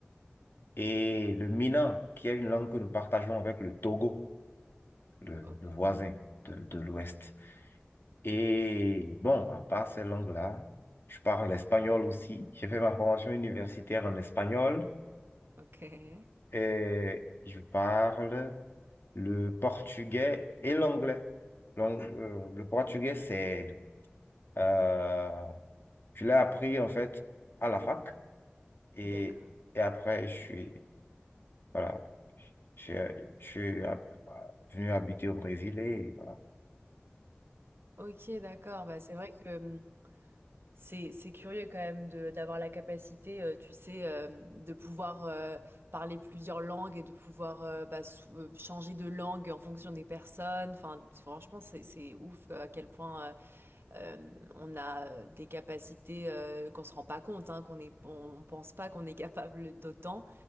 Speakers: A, on the left; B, on the right.
A: Et le Mina, qui est une langue que nous partageons avec le Togo, le,
B: Ok.
A: le voisin de de l'Ouest. Et bon, à part ces langues-là, je parle espagnol aussi. J'ai fait ma formation universitaire en espagnol
B: Ok.
A: et je parle le portugais et l'anglais. Donc, euh, le portugais, c'est... euh, je l'ai appris en fait à la fac et,
B: D'accord.
A: et après, je suis... Voilà, je, je suis euh, venu habiter au Brésil et voilà.
B: Ok, d'accord. Bah, c'est vrai que hmm, C'est, c'est curieux quand même de d'avoir la capacité, euh, tu sais, euh, de pouvoir euh, parler plusieurs langues et de pouvoir euh, bah, sou- euh, changer de langue en fonction des personnes. Enfin, franchement, c'est, c'est ouf euh, à quel point euh, euh, on a euh, des capacités euh, qu'on se rend pas compte, hein, qu'on est, on, on pense pas qu'on est <laughs> capable d'autant,